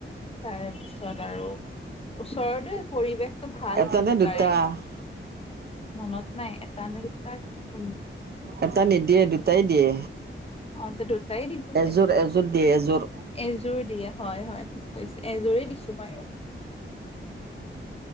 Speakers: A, on the left; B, on the right.
A: তাৰে পিছত আৰু ওচৰতে পৰিৱেশতটো ভাল
B: এটা
A: কিন্তু
B: নে দুটা
A: তাৰে মনত নাই এটা নে। তাত উম
B: এটা নিদিয়ে দুটাই দিয়ে
A: অ দুটাই দিলোঁ
B: এযোৰ
A: তেন্তে
B: এযোৰ দিয়ে এযোৰ
A: এযোৰ দিয়ে হয় হয় ঠিক কৰিছে এযোৰেই দিছোঁ মইওঁ